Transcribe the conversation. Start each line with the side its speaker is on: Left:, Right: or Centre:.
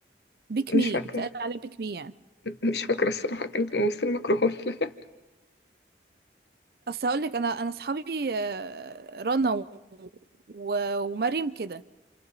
Right: بيك
Left: مش
Right: مي
Left: فاكرة
Right: بتقال عليها بيك مي يعني
Left: مش فاكرة الصراحة كانت ممثلة مكروهة ولا لا
Right: اصل هقولك انا انا اصحابي آه، رنا و... و... ومريم كده